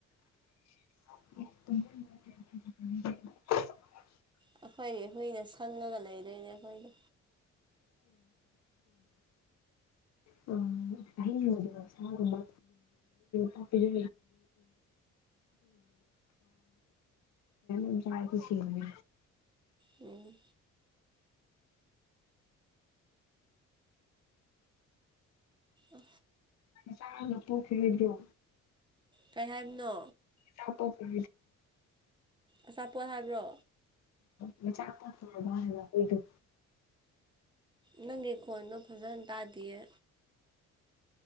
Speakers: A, on the left; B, on the right.
A: <unintelligible>
B: ꯑꯩꯈꯣꯏꯒꯤ ꯍꯨꯏꯅ ꯁꯪꯉꯒ ꯂꯩꯗꯣꯏꯅꯦ ꯑꯩꯈꯣꯏꯗꯣ
A: ꯍ ꯑ ꯑꯩꯅ ꯑꯗꯨ ꯁꯥꯒꯝꯕ ꯄꯄꯤꯖ ꯏ ꯆꯥꯏ ꯈꯁꯤꯅꯤ
B: ꯎꯝ ꯎ
A: ꯆꯄꯣ ꯈ ꯍꯥꯏꯕꯤꯣ
B: ꯀꯔꯤ ꯍꯥꯏꯕꯅꯣ
A: ꯊꯄ ꯀꯗ
B: ꯑꯆꯥꯄꯣꯠ ꯍꯥꯏꯕ꯭ꯔꯣ
A: ꯃ ꯆꯥ ꯄꯥꯛ ꯊ ꯃꯥꯔ ꯂ ꯀꯣꯏꯗ
B: ꯅꯪꯒꯤ ꯈꯣꯟꯗꯣ ꯐꯖꯅ ꯇꯥꯗꯌꯦ